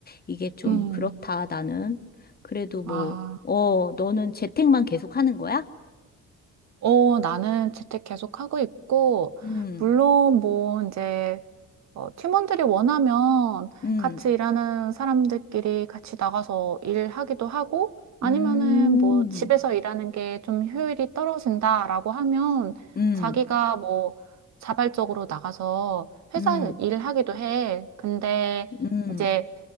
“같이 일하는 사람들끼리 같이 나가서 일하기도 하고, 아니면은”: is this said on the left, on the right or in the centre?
Right